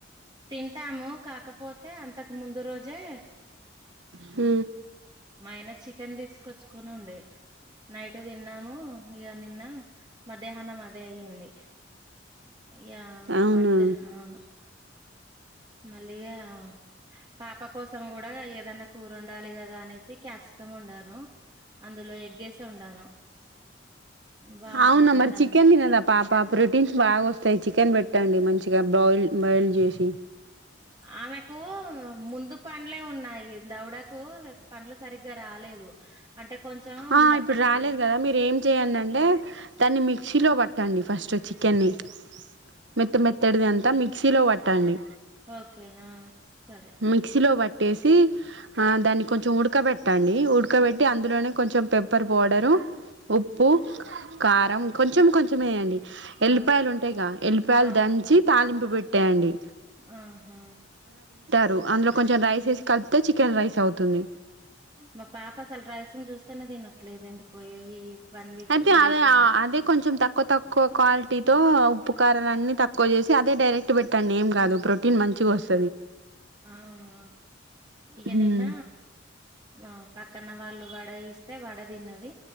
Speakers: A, on the right (about 25°); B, on the right (about 70°).
A: తింటాము కాకపోతే అంతకు ముందు రోజే
B: హు
A: మా ఆయన చికెన్ తీసుకొచ్చుకొని ఉండే నైట్ తిన్నాము ఇగ నిన్న మధ్యాహ్నం అదే అయ్యింది ఇయా
B: అవునా
A: వంట అవును మళ్ళిగా పాప కోసం కూడా ఏదన్నా కూర వండాలి కదా అనేసి క్యాప్సికం వండాను అందులో ఎగ్గేసి వండాను బాగుంటది
B: అవునా మరి
A: కదా
B: చికెన్
A: అనేసి
B: తినదా పాప ప్రొటీన్స్ బాగా వస్తాయి చికెన్ పెట్టండి మంచి ఇగా బావ్ల్ బాయిల్ చేసి
A: ఆమెకు ముందు పండ్లే ఉన్నాయి, దౌడకు పండ్లు సరిగ్గా రాలేదు అంటే కొంచెం
B: ఆ
A: మెత్తటి
B: ఇప్పుడు రాలేదు కదా మీరు ఏం చెయ్యండంటే దాన్ని మిక్సీ లో పట్టండి ఫస్ట్ చికెన్ని మెత్త మెత్తడిది అంతా మిక్సీలో పట్టండి
A: ఓకే ఆ సరే
B: మిక్సీలో పట్టేసి ఆ దాన్ని కొంచెం ఉడకబెట్టండి ఉడకబెట్టి అందులోనే కొంచెం పెప్పర్ పౌడరు ఉప్పు కారం కొంచెం కొంచెమేయ్యండి,
A: ఆ
B: ఎల్లిపాయలు ఉంటాయ్గా ఎల్లిపాయల్
A: అవునవును
B: దంచి తాలింపు పెట్టెయ్యండి
A: ఆహా
B: రు అందులో కొంచెం రైస్ వేసి కలిపితే చికెన్ రైస్ అవుతుంది
A: మా పాప అసలు రైసుని చూస్తేనే తినట్లేదు ఎందుకో ఈ ఈ వన్ వీక్
B: అయితే
A: టెన్
B: అదే
A: డేస్ నుండి
B: అదే కొంచెం తక్కువ తక్కువ క్వాలిటీతో ఉప్పు కారాలన్ని తక్కువ చేసి అదే డైరెక్ట్ పెట్టండి ఏం కాదు ప్రోటీన్ మంచిగా వస్
A: అవునా ఇగ
B: హ్మ్
A: నిన్న ఆ పక్కన వాళ్ళు వడ ఇస్తే వడ తిన్నది